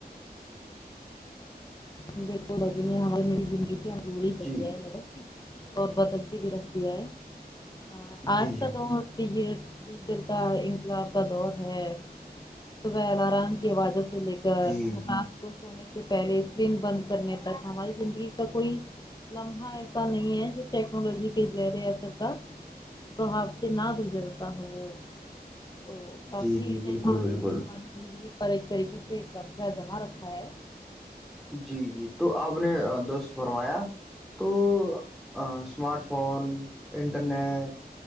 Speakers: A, on the left; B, in the centre.
A: میرے کو رز میں حال میری زندگی دوری کریا
B: جی
A: یہ لگ اور بدلتی بھی رکھ دیا ہے ہ
B: جی
A: آج
B: جی
A: تو تو ڈیجیٹل کا انقلاب کا دور ہے صبح الرام کی حوازت سے سے لے کر
B: جی
A: آپ کو سونے تو پہلے اسرین بند کرنے تک ہماری زندگی کا کوئی لمحہ ایسا نہیں ہے جو ٹیکنالوجی کے زہر اثر کا پرب سے نہ گزرتا ہو تو کافی
B: جی جی
A: ٹیکنالوجی
B: بالکل بالکل
A: نے ہماری زندگی پر ایک طریقے سے قبضہ جمع رکھا ہے
B: جی جی تو آپ نے دوست فرمایا تو اسمارٹ فون انٹرنیٹ